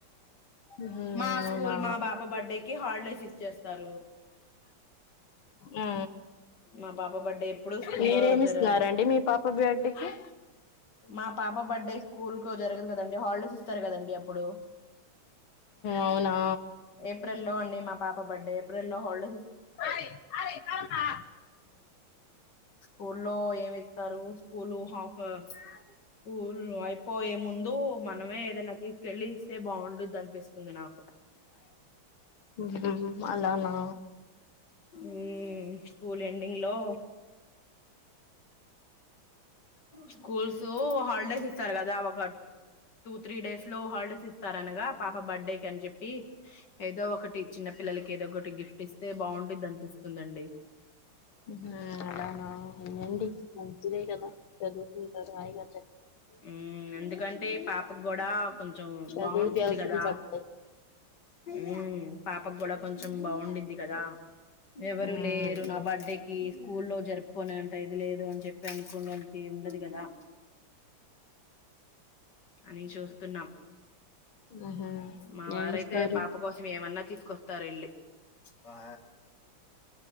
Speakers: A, on the left; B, on the left.
A: ఉహు
B: మా స్కూల్
A: అవునా
B: మా బాపా బర్త్డేకి హాలిడేస్ ఇచ్చేస్తారు
A: ఆ
B: మా పాప బర్త్డే ఎప్పుడు స్కూల్లో
A: మీరేమిస్తున్నారండి
B: జర
A: మీ పాప బేడ అ
B: మా పాప బర్త్డే స్కూల్ కు జరగదు కదండడి హాలిడేస్ ఇస్తారు కదండి అప్పుడు
A: అవునా
B: ఏప్రిల్ లో అండి మా పాప బర్డ అప్రల్ లో హల్
A: అరే అరే కామా
B: స్కూల్లో ఏమి ఇస్తారు స్కూల్ హాఫ్ ఊ ఊర్లో అయిపో ఏ ముందొ ముందు మనమే ఏదైనా తీసుకెళ్ళి ఇస్తే బాగుండదు అనిపిస్తుంది నాకు
A: హు హు హు అలానా
B: ఉ స్కూల్ ఎడింగ్ లో స్కూల్సు హల్డేస్ ఇస్తారు కదా ఒక టూ త్రీ డేస్ లో హాలిడేస్ ఇస్తార అనగా పాప బర్త్డే కని చెప్పి ఏదో ఒకటి చిన్న పిల్లలకి ఏదో ఒకటి గిఫ్ట్ ఇస్తే బాగుంది అనిపిస్తుందండి
A: అ అలానా అయ్యండి మంచిదే కదా చదువు నీతోటి అయిన చక్
B: ఉ ఎందుకంటే ఈ పాపగూడ కొంచెం
A: చదువుకి
B: బాగుంటుంది
A: అవసరం
B: కదా
A: పడతాయి
B: ఉ పాప ప కూడా కొంచెం బాగుండుద్ది కదా ఎవరు
A: ఉమ్
B: లేరు నా బర్త్డేకి ఊల్లో జరుపుకోనేంట ఇది లేదు అని చెప్పి అనుకోడానికి ఉండదు కదా అని చూస్తున్నాం
A: ఉహు
B: మా వారైతే
A: ఏం చేస్తారు
B: పాప కోసం ఏమన్నా తీస్ కొత్తారిల్లి ఆ